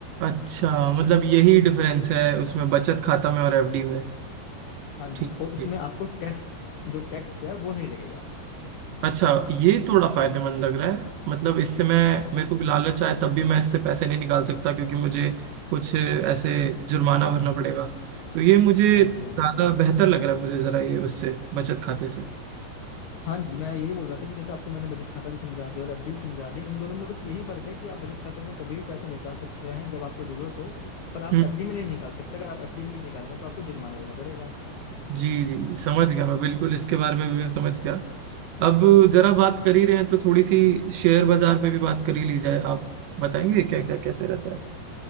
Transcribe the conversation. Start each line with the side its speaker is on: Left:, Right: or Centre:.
Right: अच्छा मतलब यही डिफरेंस है उसमें बचत खाता में और एफडी में
Left: हाँ
Right: ठीक
Left: जी और इसमें
Right: ठीक।
Left: आपको टैक्स जो टैक्स है वो नहीं लगेगा
Right: अच्छा ये थोड़ा फायदेमंद लग रहा है मतलब इससे मैं
Left: हाँ
Right: मेरे
Left: जी
Right: को भी लालच आए तब भी मैं इससे पैसे नहीं निकाल सकता क्योंकि मुझे कुछ ऐसे जुर्माना भरना पड़ेगा तो ये मुझे
Left: हाँ
Right: ज्यादा
Left: जी हाँ जी
Right: बेहतर लग रहा है मुझे जरा ये उससे बचत खाते से
Left: हाँ जी मैं यही बोल रहा था कि जैसे आपको मैंने बचत खाता भी समझा दिया और एफडी भी समझा दिया इन दोनों में बस यही फर्क है कि आप बचत खाते में कभी भी पैसा निकाल सकते हैं जब आपको जरूरत हो पर आप
Right: हम्म
Left: एफडी में नहीं निकाल सकते अगर आप एफडी में निकालेंगे तो आपको जुर्माना देना पड़ेगा
Right: जी जी जी समझ गया मैं बिल्कुल इसके बारे में भी मैं समझ गया अब जरा बात कर ही रहे हैं तो थोड़ी सी शेयर बाजार पे भी बात कर ही ली जाए आप बताएंगे क्या क्या कैसे रहता है